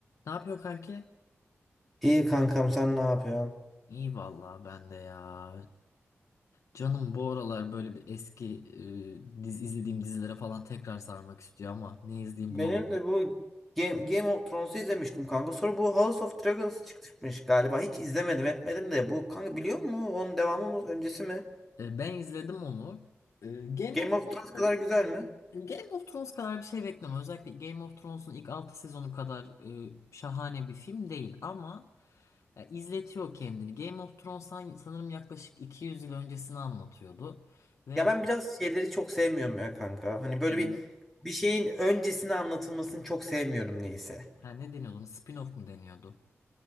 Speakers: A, on the left; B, in the centre.
A: Ne yapıyor kanki?
B: İyi kankam sen ne yapıyorsun?
A: İyi vallahi ben de ya. Canım bu aralar böyle bir eski e, diz izlediğim dizilere falan tekrar sarmak istiyor ama ne izleyeyim
B: Benim
A: bulamadım.
B: de bu Game, Game of Thrones'u izlemiştim kanka. Sonra bu House of Dragons çıkmış galiba. Hiç izlemedim etmedim de bu kanka biliyor musun? Onun devamı mı öncesi mi?
A: E, ben izledim onu. E, Game
B: Game
A: of
B: of
A: Thrones
B: Thrones kadar
A: kadar.
B: güzel mi?
A: Game of Thrones kadar bir şey bekleme. Özellikle Game of Thrones'un ilk 6 sezonu kadar e, şahane bir film değil ama ya, izletiyor kendini. Game of Thrones san- sanırım yaklaşık 200 yıl öncesini anlatıyordu ve
B: Ya ben biraz şeyleri çok sevmiyorum ya kanka. Hani böyle
A: e,
B: bir bir şeyin öncesini anlatılmasını çok sevmiyorum neyse.
A: ha, ne deniyordu? ona? Spin-off mu deniyordu?